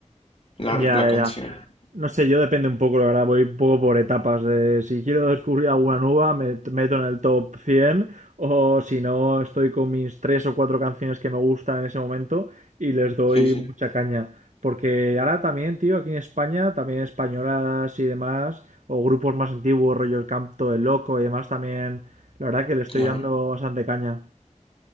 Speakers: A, on the left; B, on the right.
A: la,
B: Ya,
A: la
B: ya,
A: canción.
B: ya. No sé, yo depende un poco, la verdad, voy un poco por etapas. De, si quiero descubrir alguna nueva, me t- meto en el top cien o si no, estoy con mis tres o cuatro canciones que me gustan en ese momento y les doy
A: Sí, sí,
B: mucha caña. Porque ahora también, tío, aquí en España, también españolas y demás, o grupos más antiguos, rollo El Canto del Loco y demás, también, la verdad que le estoy
A: claro.
B: dando bastante caña.